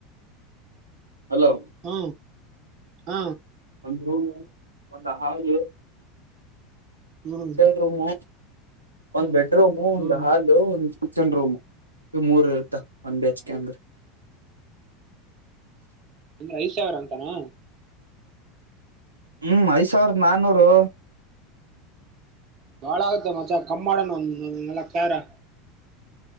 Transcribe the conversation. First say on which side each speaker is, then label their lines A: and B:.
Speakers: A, on the right (about 85°); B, on the right (about 40°).
A: ಅಲೋ.
B: ಹ ಹಾ.
A: ಒಂದ ರೂಮ್ ಒಂದು ಹಾಲಗೆ.
B: ಹ್ಮ್
A: ಎರಡ್ ರೂಮು ಒಂದ ಬೆಡ್ ರೂಮು ಒಂದ
B: ಹ್ಮ್
A: ಹಾಲು ಒ ಕಿಚನ್ ರೂಮ್ ಇವ ಮೂರು ಇರತ್ತ ಒನ್ ಬಿಹೆಚ್ಕೆ
B: ಹೌ
A: ಅಂದ್ರೆ.
B: ಇನ್ನು ಐದು ಸಾವಿರಾ ಅಂತಾನಾ.
A: ಹ್ಮ್ ಐದ್ ಸಾವರದ ನಾನ್ನೂರು.
B: ಬಾಳ ಆಗತ್ತೆ ಮಚ ಕಮ್ಮ್ ಮಾಡೋಣ ಒಂದ ನಾಲಕ್ ಸಾವರಾ.